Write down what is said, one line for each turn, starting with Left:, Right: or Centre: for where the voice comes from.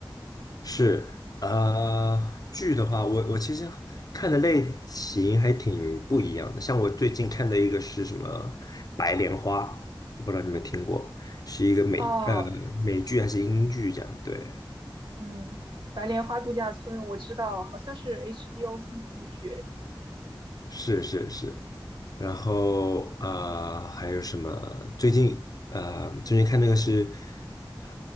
Left: 是，呃，剧的话，我我其实看的类型还挺不一样的。像我最近看的一个是什么《白莲花》，我不知道你们听过，是一个美呃美剧还是英剧这样？
Right: 哦，
Left: 对，
Right: 嗯，《白莲花度假村》我知道，好像是 HBO 新出的剧。
Left: 是是是。然后呃，还有什么？最近呃，最近看那个是呃